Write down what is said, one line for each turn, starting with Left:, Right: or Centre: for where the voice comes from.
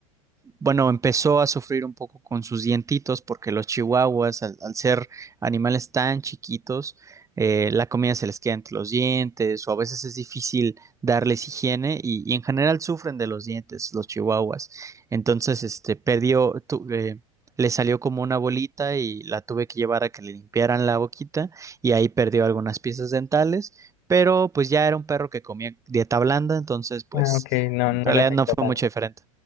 Right: bueno, empezó a sufrir un poco con sus dientitos porque los chihuahuas, al, al ser animales tan chiquitos, eh, la comida se les queda entre los dientes o a veces es difícil darles higiene y, y en general sufren de los dientes los chihuahuas. Entonces, este, perdió, tu- eh, le salió como una bolita y la tuve que llevar a que le limpiaran la boquita y ahí perdió algunas piezas dentales, pero pues ya era un perro que comía dieta blanda, entonces pues
Left: Ah, ok, no,
Right: en
Left: no
Right: realidad
Left: le afecta
Right: no fue
Left: tanto.
Right: mucho diferente.